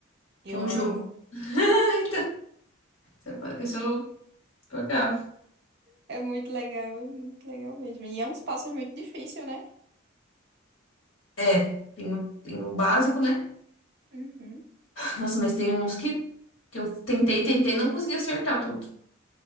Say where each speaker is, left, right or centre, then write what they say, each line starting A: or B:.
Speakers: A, on the right; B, on the left.
A: Eu
B: que é um
A: amo.
B: jogo. <laughs> Então, isso eu jogava.
A: É muito legal, é muito legal mesmo. E é uns passos muito difícil, né?
B: É, tem o, tem o básico, né?
A: Uhum.
B: Nossa, mas tem uns que, que eu tentei, tentei, não consegui acertar tudo.